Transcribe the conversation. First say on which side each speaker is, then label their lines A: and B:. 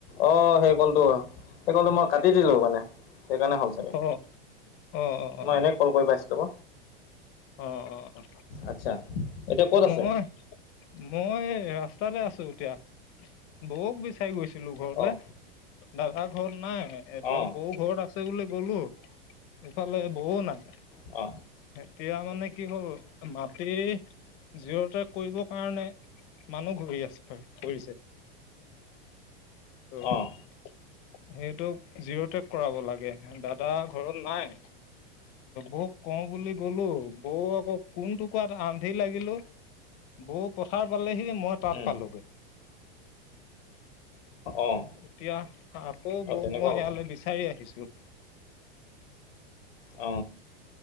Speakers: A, on the left; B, on the left.
A: অ অ সেই কলটো সেই কলটো মই কাটি দিলো মানে সেইকাৰণে হ'ল চাগে।
B: অ অ অ অ
A: মই এনেই কল কৰি পাইছিলো ক
B: অ অ অ
A: আচ্ছা এতিয়া ক'ত
B: মই
A: আছে
B: মই ৰাস্তাতে আছো এতিয়া। বৌক বিচাই গৈছিলো ঘৰলে
A: অঁ
B: দাদা ঘৰত নাই
A: অঁ
B: বৌ ঘৰত আছে বুলি গলো ইফালে বৌও নাই।
A: অ
B: এতিয়া মানে কি হ'ল মাটি জিঅ টেগ কৰিবৰ কাৰণে মানুহ ঘূৰি আছে কৰিছে। ত
A: অঁ
B: সেইটোক জিৰ' টেক কৰাব লাগে দাদা ঘৰত নাই। বৌক কওঁ বুলি গলো বৌ আকৌ কোন টোকাত আন্ধি লাগিলো। বৌ পথাৰ পালেহি মই তাত
A: উম,
B: পালোঁগে
A: অঁ
B: এতিয়া আকৌ
A: অঁ
B: বৌক
A: তেনেকুৱা
B: মই
A: কথা
B: ইয়ালে বিচাৰি আহিছোঁ।
A: অ